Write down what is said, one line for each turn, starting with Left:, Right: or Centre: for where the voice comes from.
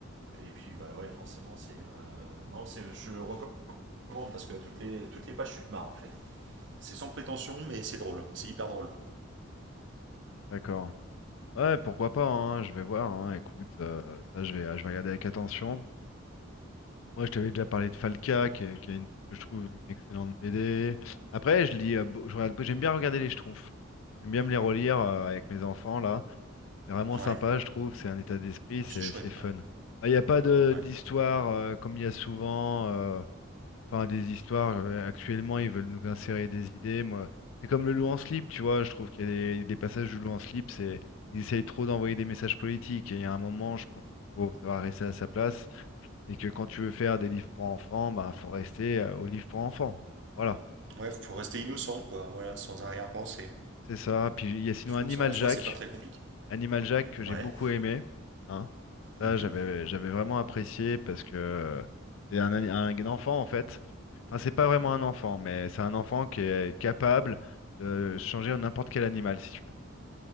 Right: et puis bah ouais forcément c'est euh, non c'est je recommande recommande parce que toutes les, toutes les pages, tu te marres en fait. C'est sans prétention, mais c'est drôle. C'est hyper drôle.
Left: D'accord. Ouais, pourquoi pas, hein, je vais voir. hein, Écoute, euh, ça, je vais, je vais regarder avec attention. Moi, je t'avais déjà parlé de Falca, qui est, qui est une- que je trouve une excellente BD. Après, je lis, euh, beau- je regarde- j'aime bien regarder les Schtroumpfs. J'aime bien me les relire euh, avec mes enfants là. C'est vraiment
Right: Ouais.
Left: sympa, je trouve. C'est un état d'esprit,
Right: Oh,
Left: c'est
Right: C'est chouette,
Left: c'est fun.
Right: ouais.
Left: Bah, Il n'y a pas de
Right: Ouais.
Left: d'histoire euh, comme il y a souvent. euh, Enfin, des histoires, euh, actuellement, ils veulent nous insérer des idées. Moi, c'est comme le loup en slip, tu vois. Je trouve qu'il y a des, des passages du loup en slip, c'est, ils essayent trop d'envoyer des messages politiques. Et il y a un moment, je pense qu'il faut savoir rester à sa place. Et que quand tu veux faire des livres pour enfants, bah, faut rester euh, aux livres pour enfants. Voilà,
Right: Ouais, faut rester innocent, quoi. Voilà, sans arrière-pensée.
Left: c'est ça. Puis il y a sinon
Right: Je trouve
Left: Animal
Right: que ça, en soi,
Left: Jack.
Right: c'est pas très compliqué.
Left: Animal Jack que j'ai
Right: Ouais.
Left: beaucoup aimé. Hein. Ça,
Right: Mhm.
Left: j'avais j'avais vraiment apprécié parce que euh, c'est un, ani- un enfant en fait. Enfin, c'est pas vraiment un enfant, mais c'est un enfant qui est capable de changer en n'importe quel animal si tu veux.